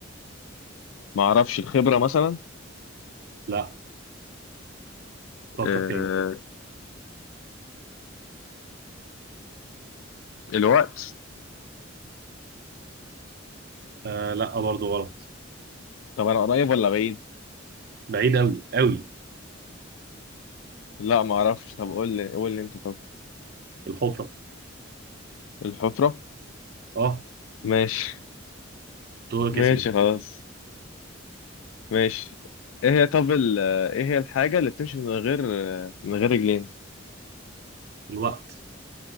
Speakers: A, on the left; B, on the right.
A: معرفش الخبرة مثلا
B: لا فكر
A: آه
B: تاني
A: الوقت
B: آه لا برضه غلط
A: طب أنا قريب ولا بعيد؟
B: بعيد قوي قوي
A: لا معرفش طب قول لي قول لي أنت طب
B: الحفرة
A: الحفرة
B: اه
A: ماشي
B: دورك
A: ماشي
B: يا سيدي
A: خلاص ماشي ايه هي طب ال... ايه هي الحاجة اللي بتمشي من غير من غير رجلين
B: الوقت